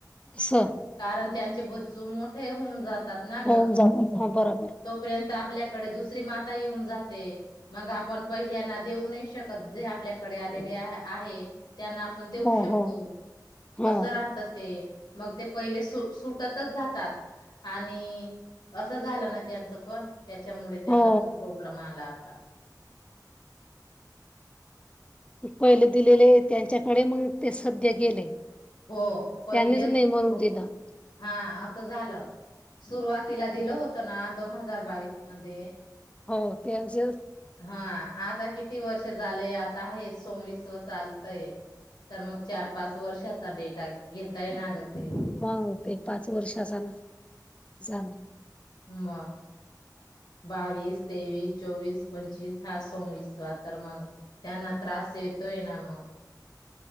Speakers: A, on the left; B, on the left.
A: अस
B: कारण त्यांचे बच्चू मोठे होऊन जातात ना
A: होऊन
B: ग..
A: जात हो बरोबर
B: तोपयंत.. आपल्याकडे दुसरी माता येऊन जाते मग आपण पहिल्याना देऊ नाही शकत जे आपल्याकडे आलेले आहे. त्यांना आपण देऊ
A: हो
B: शकतो
A: हो हो
B: असं राहत ते.. मग ते पहिले सु सुटतच जातात आणि असं झालं ना.. त्यांचं पण त्याच्यामुळे त्यांना
A: हो
B: काही प्रॉब्लेम आलात. का..
A: पहिले दिलेले त्यांच्याकडे मग ते सध्या गेले.
B: हो पहिलेच
A: त्यांनीच नाही म्हणून
B: सुरु
A: दिलं.
B: हा असं झालं. सुरुवातीला दिल होत ना दोन हजार.. बावीस मध्ये
A: हो त्यांच
B: हा आता किती वर्ष झालेय आता आहे सवीस व चालतय तर मग चार पाच वर्षाचा डेटा घेताय ना ग ते
A: ह ते पाच वर्षचा ना झालं
B: म बावीस तेवीस चोवीस पंचवीस हा सोमविसवा तर मग त्यांना त्रास येतोय ना मग